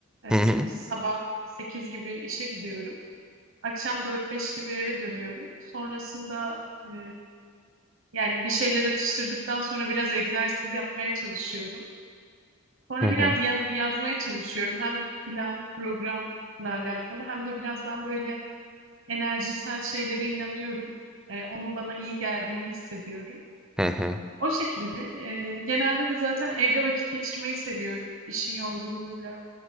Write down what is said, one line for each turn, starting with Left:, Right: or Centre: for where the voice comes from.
Right: E,
Centre: Hı hı.
Right: sabah 8 gibi işe gidiyorum. Akşam dört beş gibi eve dönüyorum. Sonrasında e, yani bir şeyler atıştırdıktan sonra biraz egzersiz yapmaya çalışıyorum. Sonra
Centre: Hı hı.
Right: biraz yaz- yazmaya çalışıyorum. Hem plan, programla alakalı hem de biraz ben böyle enerjisel şeylere inanıyorum. E, onun bana iyi geldiğini hissediyorum.
Centre: Hı hı.
Right: O şekilde. e, genelde de zaten evde vakit geçirmeyi seviyorum. İşin yorgunluğuyla